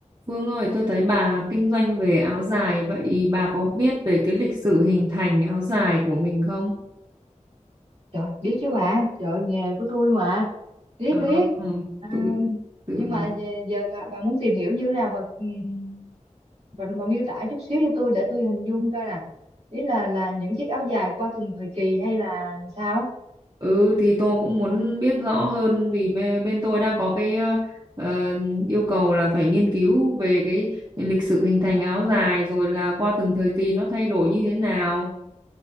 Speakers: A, on the right; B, on the right.
A: Phương ơi, tôi thấy bà kinh doanh về áo dài, vậy bà có biết về cái lịch sử hình thành áo dài của mình không?
B: Trời, biết chứ bà, trời nghề của tôi mà, biết
A: À,
B: biết.
A: ừ,
B: À,
A: tôi tưởng
B: nhưng mà giờ, giờ bà, bà muốn tìm hiểu như thế nào bà, ừm, bà bà miêu tả chút xíu cho tôi để tôi hình dung coi nè. Ý là là những chiếc áo dài qua từng thời kỳ hay là sao?
A: ừ thì tôi cũng muốn biết rõ hơn vì bên, bên tôi đang có cái ờ, ờ, yêu cầu là phải nghiên cứu về cái lịch sử hình thành áo dài rồi là qua từng thời kỳ nó thay đổi như thế nào.